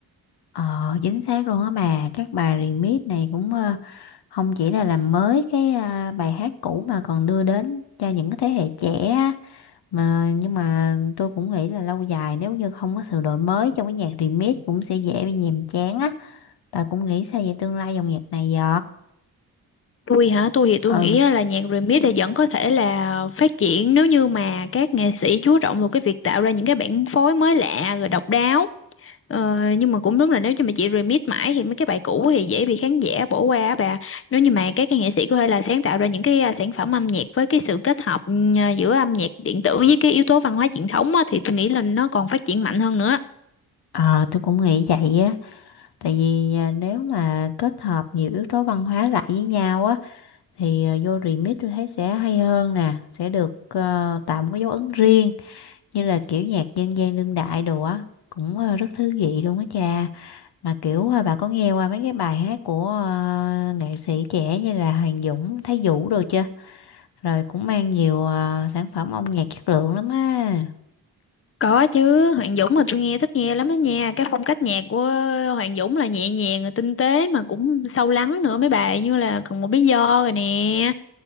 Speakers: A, on the left (about 70°); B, on the left (about 35°).
A: Ờ, chính xác luôn á bà, các bài remix này cũng à, không chỉ là làm mới cái à, bài hát cũ mà còn đưa đến cho những cái thế hệ trẻ mà nhưng mà tôi cũng nghĩ là lâu dài nếu như không có sự đổi mới trong cái nhạc remix cũng sẽ dễ bị nhàm chán á bà cũng nghĩ sao về tương lai dòng nhạc này vậy
B: Tôi hả? Tôi thì tôi
A: ừ
B: nghĩ á là nhạc remix thì vẫn có thể là phát triển nếu như mà các nghệ sĩ chú trọng vào cái việc tạo ra những cái bản phối mới lạ rồi độc đáo. Ờ, nhưng mà cũng đúng là nếu như mà chị remix mãi thì mấy cái bài cũ thì dễ bị khán giả bỏ qua á bà. Nếu như mà các cái nghệ sĩ có thể là sáng tạo ra những cái à, sản phẩm âm nhạc với cái sự kết hợp ừ, à, giữa âm nhạc điện tử với cái yếu tố văn hóa truyền thống á, thì tôi nghĩ là nó còn phát triển mạnh hơn nữa.
A: ờ tôi cũng nghĩ vậy á tại vì à, nếu mà kết hợp nhiều yếu tố văn hóa lại với nhau á thì à, vô remix tôi thấy sẽ hay hơn nè sẽ được ờ, tạo một cái dấu ấn riêng như là kiểu nhạc dân gian đương đại đồ á cũng ờ, rất thú vị luôn á cha mà kiểu à, bà có nghe qua mấy cái bài hát của à, nghệ sĩ trẻ như là Hoàng Dũng, Thái Vũ đồ chưa? Rồi cũng mang nhiều à, sản phẩm âm nhạc chất lượng lắm á.
B: Có chứ, Hoàng Dũng mà tôi nghe thích nghe lắm đó nha. Cái phong cách nhạc của Hoàng Dũng là nhẹ nhàng rồi tinh tế mà cũng sâu lắng nữa mấy bài như là còn một lý do rồi nè.